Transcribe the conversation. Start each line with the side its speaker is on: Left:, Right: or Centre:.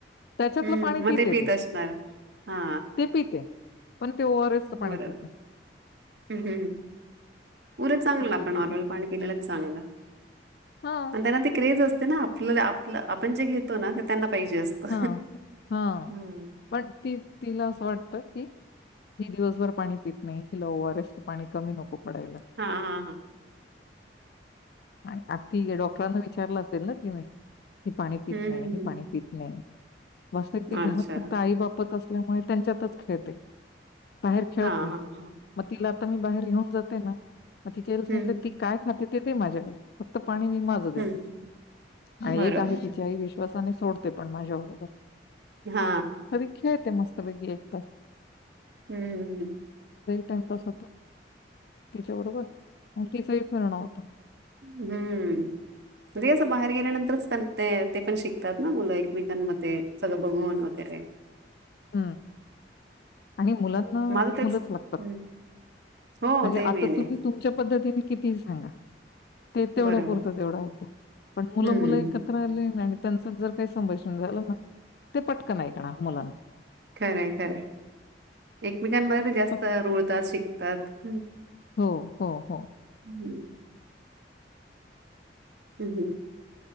Left: त्याच्यातलं
Right: हम्म
Left: पाणी
Right: मग
Left: पिते
Right: ते पत
Left: ती,
Right: असणार हा.
Left: ते पिते. पण ते ओआरएसच पाणी
Right: बरोबर
Left: पितात
Right: हम्म हम् हम् उलट चांगलं
Left: अशी
Right: आपलं
Left: गंमत.
Right: नॉर्मल पाणी पिलेलंच चांगलं
Left: हां,
Right: आणि त्यांना ते क्रेज असते त्यांना आपलं आपण जे घेतो ना त्यांना पाहिजे असतं
Left: हं हं
Right: हम्म.
Left: पण ती तिला असं वाटत की हि दिवसभर पाणी पीत नाही हिला ओ र स पाणी नको कमी पडायला
Right: हा हा हा
Left: आणि आ ती डॉक्टरांना विचारलं असेल ना तिने ही पाणी पीत
Right: हम्म
Left: नाही
Right: हम्म
Left: ही
Right: हम्म.
Left: पाणी पत नाही वास्तविक
Right: अच्छा
Left: घरात फक्त आई बापच अस त्यामुळे त्यांच्यातच खेळते बाहेर खेळत
Right: हा
Left: नाही
Right: हा हा
Left: मग तिला आता मी बाहेर घेऊन जाते ना मग
Right: हम्म
Left: ती काय खाते ते ते माझ्याकडे फक्त पाणी मी माझे देते
Right: हम्म
Left: आणी
Right: बरोबर
Left: एक आहे तिच्या आई विषयी तसे नाही सोड ते पण माझ्या बरोबर
Right: हा
Left: कधी खेळते मस्तपैकी एक त
Right: हम्म हम्म हम्
Left: टाइमपास होतो तिच्या बरोबर तिच कर न होता
Right: हम्म रे असं बाहेर गेल्यानंतरच ते ते पण शिकतात ना मुलं एकमेकांमध्ये सगळं बघून वगैरे
Left: हम आणि मुलांना
Right: माझं तेच
Left: मुलंच लागतात
Right: हम्म. हो
Left: म्हणजे
Right: ते मेन
Left: आता
Right: आहे
Left: तुम्ही तुमच्या पद्धतीने किती सांगा ते तेवढ्या
Right: बरोबर
Left: पुरत तेवढा ऐकतात पण मुलं
Right: हम्म
Left: मुलं एकत्र आले त्यांचं जर काही संभाषण झालं ना ते पटकन ऐकणार मुलांच
Right: खरंय खरंय एकमेकांमध्ये ते जास्त
Left: तो
Right: रुळतात शिकतात ह्
Left: हो हो हो
Right: हम्म ह हम